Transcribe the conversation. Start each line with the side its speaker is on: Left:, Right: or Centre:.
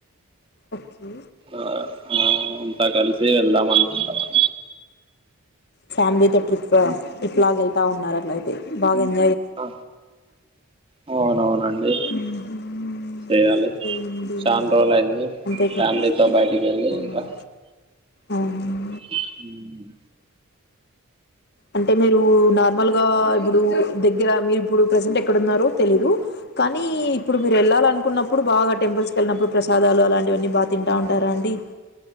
Left: ఒకే
Right: ఆ ఆమ్మ్ త కలిసి వెళ్దాం అనుకుంటానం.
Left: ఫ్యామిలీతోట్రిప్ ట్రిప్ లాగా వెళ్తా ఉన్నారు. ల అట్లయితే బాగా ఎన్
Right: ఆ అవునవునండి
Left: ఇంకేంటి
Right: చేయాలి. చాన్ రోజులు అయింది.
Left: అంతే కదా
Right: ఫ్యామిలీతో బయటికి వెళ్ళి
Left: అవునవును
Right: ఇంకా.
Left: అవును
Right: ఉహ్మ్
Left: అంటే మీరు నార్మల్గా ఇప్పుడు. దగ్గర మీరు ఇప్పుడు ప్రసెంట్ ఎక్కడన్నారో తెలీదు. కానీ ఇప్పుడు మీరు వెళ్ళాలనుకున్నప్ ఇప్పుడు బాగా టెంపుల్స్కి వెళ్ళినప్పుడు, ప్రసాదాలు అలాంటివన్నీ బాగ్ తింటా ఉంటారా అండి.